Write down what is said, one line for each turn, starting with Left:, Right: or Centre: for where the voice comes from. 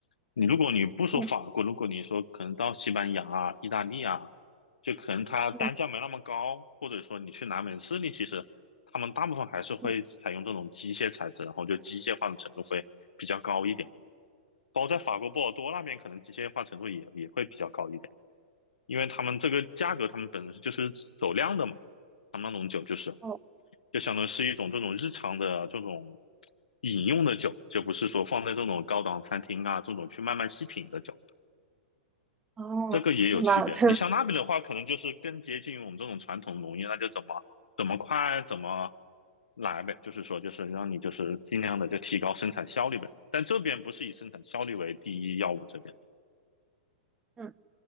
Left: 你如果你不说法国，
Right: 嗯
Left: 如果你说可能到西班牙啊、意大利啊，就可能它单价没那么高，
Right: 嗯
Left: 或者说你去南美、智利，其实他们大部分还是会采用这种机械材质，
Right: 嗯，
Left: 然后就机械化的程度会比较高一点。包括在法国波尔多那边，可能机械化程度也也会比较高一点，因为他们这个价格，他们本身就是走量的嘛，他们那种酒就是
Right: 哦
Left: 就相当于是一种这种日常的这种饮用的酒，就不是说放在这种高档餐厅啊这种去慢慢细品的酒。
Right: 哦，
Left: 这个也有区别。
Right: 明白了，就是。
Left: 你像那边的话，可能就是更接近我们这种传统农业，那就怎么怎么快怎么来呗，就是说就是让你就是尽量的就提高生产效率呗。但这边不是以生产效率为第一要务，这边，
Right: 嗯。